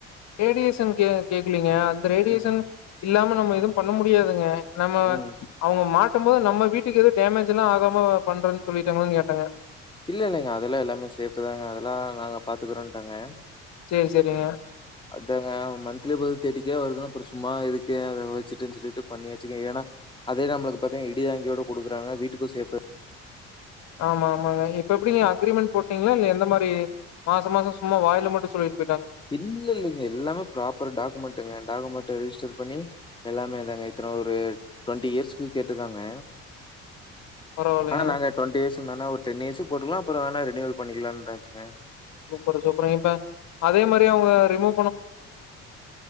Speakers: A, on the left; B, on the left.
A: ரேடியேஷன் கு கேக்குலிங்க அ ந்த ரேடியேஷன்
B: ம்,
A: இல்லாம நம்ம எதும் பண்ண முடியாதுங்க நம்ம
B: ம்.
A: அவுங்க மா ட்டும் போது நம்ம வீட்டுக்கு எது டேமேஜ் எல்லா ஆகாம பண்றன் சொல்லிட்டாங்களான் கேட்டங்க
B: இல்ல இல்லைங்க அதுல எல்லாமே சேஃபு தாங்க அதெல்லா நாங்க பாத்துக்குறோன்ட்டாங்க
A: சேரி சேரிங்க
B: அதாங்க மன்த்லி ப தேட்டிக் கே வருதுனா அப்ற சும்மா எதுக்கு அத வச்சுட்டுன் சொல்லிட்டு பண்ணியாச்சுக ஏனா அதே நம்ளுக்கு பாத்த இடி தாங்கியோட குடுக்குறாங்க வீட்டுக்கு சேஃபு
A: ஆமா ஆமாங்க இ ப்ப எப்டிங்க
B: அ
A: அக்ரிமெண்ட் போட்டீங்ளா இல்ல எந்த மாரி மாச மாச சும்மா வாய்ல மட்டு சொல்லிட்
B: இல்ல இல்லெங்க எல்லாமே ப்ராப்பர் டாக்குமெண்ட்டுங்க டாக்குமெண்ட் ரிஜிஸ் சர் பண்ணி எல்லாமே தாங்க இத்தன ஒரு டொண்ட்டி இயர்ஸ்கு கேட்ருக்காங்க
A: பரவாயில்லைங்க
B: ஆனா நாங்க டொன்ட்டி இயர்ஸ் டு நானா ஒரு டென் இயர்ஸு போட்டுக்லா அப்புற வேணா ரினீவல் பண்ணிக்குலான்ட்டாச்சுங்க
A: சூப்பரு சூப்பருங் இப்ப அதே மாரி அவுங்க ரிமூ